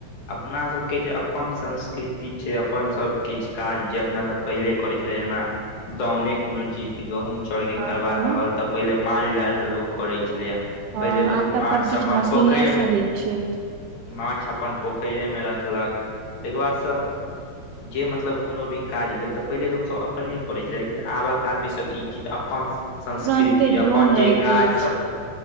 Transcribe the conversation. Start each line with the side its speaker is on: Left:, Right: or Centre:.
Left: अपना सबके जे अपन संस्कृति छैय अपन सब किछु काज जे अपना सब पहिलै करैय छलै एना दाउने कोनो चीजके गहुँम चाउरके
Right: हँ
Left: करबाक
Right: हँ
Left: रहल त पहिले माल जालसँ लोक करै छलैये।
Right: हँ
Left: पहिले लोक
Right: आब तऽ
Left: माछ
Right: सबकिछ
Left: सब अपन
Right: मशीने
Left: पोखरि
Right: से
Left: मे
Right: होइ छै
Left: माछ अपन पोखरि मे रखलक ताहिके बादसब
Right: <inaudible>
Left: जे मतलब कोनो भी काज भेल त पहिले लोकसब अपने करैय छलैये लेकिन आबक आदमीसभ ई चीज अपन संस्कृति
Right: तुरन्ते जोन
Left: अपन जे
Right: राखि
Left: काज
Right: लै छै
Left: सब